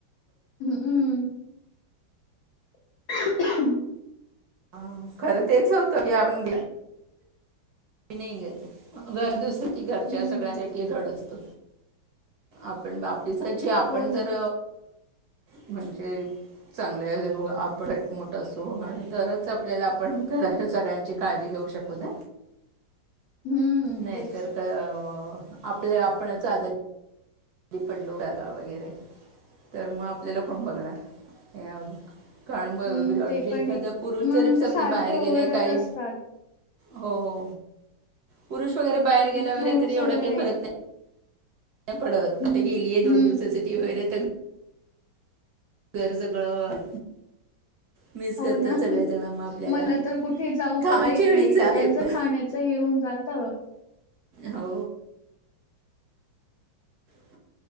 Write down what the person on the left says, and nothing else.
हम् हम्म <inaudible>
हम्म
हो ना
हम्म
तेच
हम्म
ते पण
आहे.
म्हणून
ते
सारखे
ओरडत
असतात.
फ्रूट्स
वगैरे
हम्म
हम्म
हो
ना
मला तर कुठे जाऊ
पण देत
नाई इथ
त्यांच
खाण्याच हे उन जात.